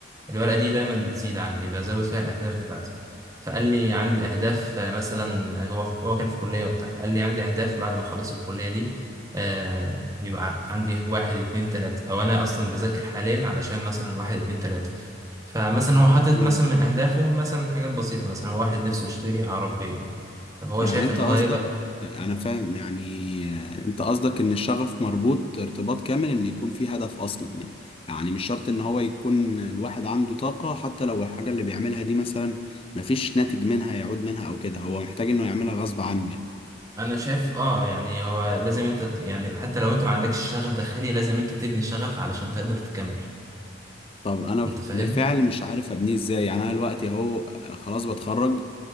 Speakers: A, on the right; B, on the left.
A: الورقة دي دايما بتزيد عندي بزود فيها الاهداف بتاعتي فقال لي عندي اهداف آه، مثلا آه، هو هو كان في كلية وقتها قال لي عندي اهداف بعد ما اخلص الكلية دي آه، يبقى عندي واحد اتنين تلاتة او انا اصلا بذاكر حاليا علشان مثلا واحد اتنين تلاتة فمثلا هو حاطط
B: امم
A: مثلا من اهدافه مثلا حاجات بسيطة مثلا هو واحد نفسه يشتري عربية طب هو
B: يعني
A: شايف
B: انت
A: ان
B: قصدك
A: هو يقدر
B: انا فاهم يعني آه، انت قصدك ان الشغف مربوط ارتباط كامل ان يكون في هدف اصلا يعني يعني مش شرط ان هو يكون الواحد عنده طاقة حتى لو الحاجة اللي بيعملها دي مثلا مفيش ناتج منها يعود منها او كده هو محتاج انه يعملها غصب عنه يعني
A: انا شايف اه يعني هو لازم انت ت- يعني حتى لو انت ما عندكش شغف داخلي لازم انت تبني شغف علشان تقدر تكمل
B: طب انا
A: انت فاهم
B: بالفعل مش عارف ابنيه ازاي يعني انا دلوقتي اهو آه، خلاص بتخرج